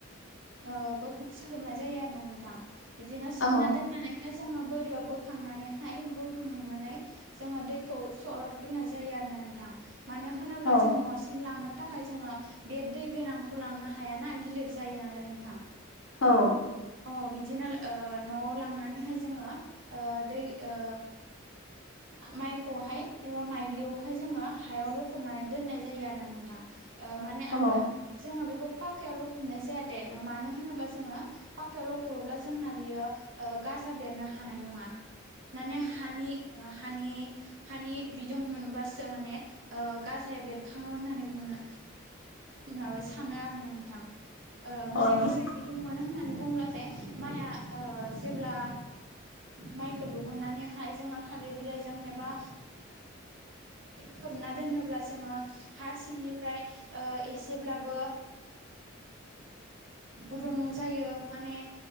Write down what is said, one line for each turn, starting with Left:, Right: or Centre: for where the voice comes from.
Right: ओ बो खोथि सा हाबनाय जायो आरोना नोंथां बिदिनो सोमना
Left: औ
Right: दोननानैहाय जोङो बोरियाव बोखांनानैहाय बोखांनानै जोङो दै खौ सरदग्रोनाय जायो आरोोना नोंथां मानो होनोब्ला
Left: औ
Right: जों न'सिम लांनो थाखाय जोङो बे दै गोनांखौ लांनो हायाना गिलिर जायो नालाय नोंथां
Left: औ
Right: अ बिदिनो ओ न'आव लांनानैहाय जोङो ओ दै ओ माइखौहाय एबा माइग्लियावहाय जोङो हायाव लखबनानै दोननाय जायो आरो ना नोंथां ओ माने
Left: औ
Right: आरो जोङो बेखौ पाखायाव लखबनाय जाया देर मानो होनोबा जोङो पाखायाव लखबोब्ला जोंना बियो ग बेरनो हानाय नङा माने हानि ओ हानि हानि बिदुं मोनबासो माने गाजाया बेरखाङो होननानै बुंुनो माब सानो आरोना नोंथां माने
Left: औ
Right: बोरै बिदुं मोनो होननानै बुंब्लाथाय माइआ जेब्ला माइखौ दिहुननानै हाय जोंहा थ बिलाइबा खोब दोनोब ज ह निफ्राय एसेब्लाबो गुदुं जायो माने